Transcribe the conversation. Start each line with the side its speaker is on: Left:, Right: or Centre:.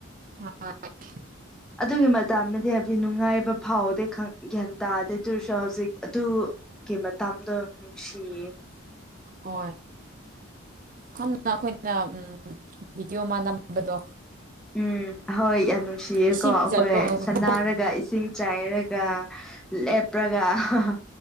Right: ꯍꯣꯏ
Centre: <inaudible> ꯑꯗꯨꯒꯤ ꯃꯇꯝꯗꯗꯤ ꯍꯥꯏꯕꯗꯤ ꯅꯨꯡꯉꯥꯏꯕ ꯐꯥꯎꯗꯦ ꯈꯪ ꯒ꯭ꯌꯥꯟ ꯇꯥꯗꯦ ꯗꯨꯑꯣꯏꯔꯁꯨ ꯍꯧꯖꯤꯛ ꯑꯗꯨ ꯒꯤ ꯃꯇꯝꯗꯣ ꯅꯨꯡꯁꯤꯌꯦ
Right: ꯍꯣꯏ ꯍꯥꯟꯅ ꯑꯈꯣꯏꯅ ꯑꯝ ꯚꯤꯗꯤꯑꯣ ꯑꯃ ꯅꯝꯕꯗꯣ
Centre: ꯎꯝ ꯍꯣꯏ ꯌꯥꯝ ꯅꯨꯡꯁꯤꯌꯦꯀꯣ
Right: ꯏꯁꯤꯡ
Centre: ꯑꯩꯈꯣꯏ
Right: ꯆꯥꯏꯕ ꯃꯅꯨꯡꯗ
Centre: ꯁꯥꯅꯔꯒ
Right: ꯍꯣꯜ
Centre: ꯏꯁꯤꯡ ꯆꯥꯏꯔꯒ ꯂꯦꯞꯔꯒ ꯑꯍꯥꯍꯥ